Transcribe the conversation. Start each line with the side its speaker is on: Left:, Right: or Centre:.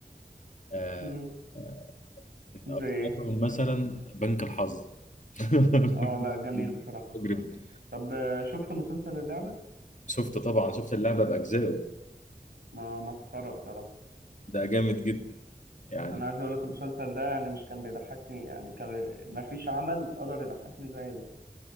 Left: آه،
Right: امم
Left: آه، من
Right: زي
Left: اكترهم
Right: ايه
Left: مثلا بنك الحظ <laughs>
Right: اه لا جميل بصراحه
Left: مجرم
Right: طب آه، شفت مسلسل اللعبه
Left: شفت طبعا شفت اللعبه باجزائه
Right: ما مسخره بصراحه
Left: ده جامد جدا يعني
Right: انا عايز اقول لك المسلسل ده يعني مش كان بيضحكني يعني كان ما فيش عمل قدر يضحكني زي ده